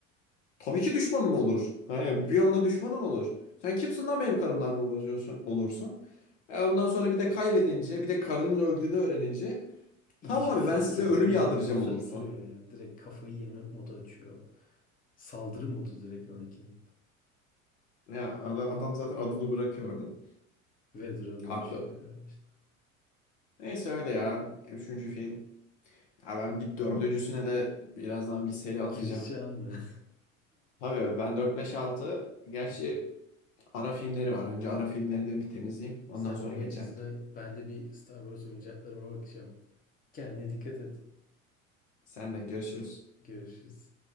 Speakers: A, on the left (about 60°); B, on the left (about 20°).
A: Tabii ki düşmanın olur. Yani bir anda düşmanın olur. Sen kimsin lan benim karımlarımı bozuyorsun olursun. E ondan sonra bir de kaybedince, bir de karının öldüğünü öğrenince
B: İyice
A: tamam abi
B: fıttırıyor.
A: ben size ölüm
B: Bildiğin
A: yağdıracağım
B: fıttırıyor
A: olursun.
B: yani. Direkt kafayı yeme modu açıyor. Saldırı modu direkt Anakin.
A: Ya adam, adam zaten adını bırakıyordu.
B: Vader'a dönüşüyor
A: Haklı.
B: ya işte.
A: Neyse öyle ya. Üçüncü film. Ya ben bir dördüncüsüne de birazdan bir seri atacağım.
B: Girişen mı?
A: Tabii öyle. ben dört beş altı. gerçi
B: <laughs> Aa.
A: ara filmleri var. Önce ara filmlerini bir temizleyeyim. Ondan
B: Sen
A: sonra
B: onu
A: geçeceğim.
B: izle. Ben de bir Star Wars oyuncaklarıma bakacağım. Kendine dikkat et.
A: Sen de görüşürüz.
B: Görüşürüz.